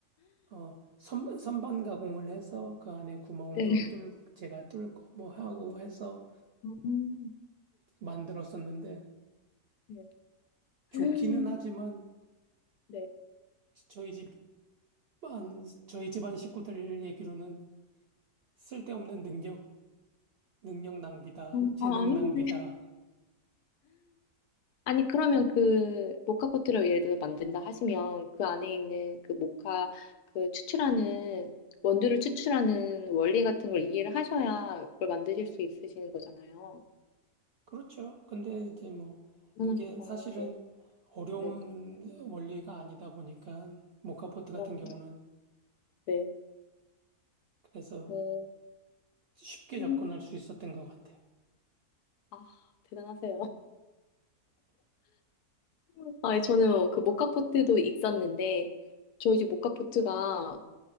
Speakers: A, on the right; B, on the left.
A: 어, 선, 선반 가공을 해서 그 안에 구멍도
B: 네.
A: 뚫 제가 뚫고 뭐 하고 해서
B: 음.
A: 만들었었는데
B: 네.
A: 좋기는
B: 음.
A: 하지만
B: 네.
A: 저희 집 만 저희 집안 식구들 얘기로는 쓸데없는 능력, 능력 낭비다,
B: 음,
A: 재능
B: 아, 아닌데.
A: 낭비다.
B: 아니, 그러면 그 모카 포트를 예를 들어 만든다 하시면 그 안에 있는 그 모카 그 추출하는 원두를 추출하는 원리 같은 걸 이해를 하셔야 그걸 만드실 수 있으시는 거잖아요.
A: 그렇죠. 근데 이제 뭐, 그게
B: 음. 대단하시다.
A: 사실은
B: 네,
A: 어려운
B: 네,
A: 원리가 아니다 보니까, 모카포트 같은
B: 그런 것
A: 경우는
B: 같아요. 네.
A: 그래서
B: 어,
A: 쉽게
B: 음,
A: 접근할 수 있었던 것 같아요.
B: 아, 대단하세요. <laughs> 아, 저는 그 모카 포트도 있었는데 저희 집 모카 포트가